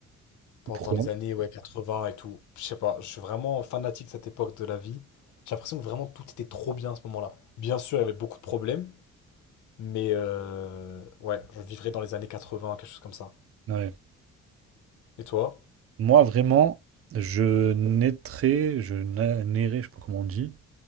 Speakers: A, on the left; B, on the right.
A: Pendant
B: Pourquoi?
A: les années, ouais, 80 et tout. Je sais pas, je suis vraiment fanatique de cette époque de la vie. J'ai l'impression que vraiment tout était trop bien à ce moment-là. Bien sûr, il y avait beaucoup de problèmes, mais euh, ouais, je vivrais dans les années 80, quelque chose comme ça.
B: Ouais.
A: Et toi?
B: Moi, vraiment, je naîtrais, je na- nairais, je sais pas comment on dit,